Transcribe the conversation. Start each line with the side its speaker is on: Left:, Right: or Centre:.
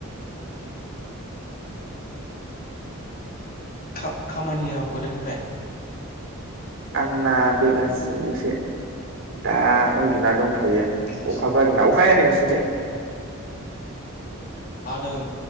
Left: खा-खामानियाव कयतानिफ्राय
Right: आंना बेलासिनिसो दा उन्दुना दं थ'यो
Left: बेलासिनि
Right: अखाबो हादोना अखा हायाखै नोंसो <inaudible>
Left: हादों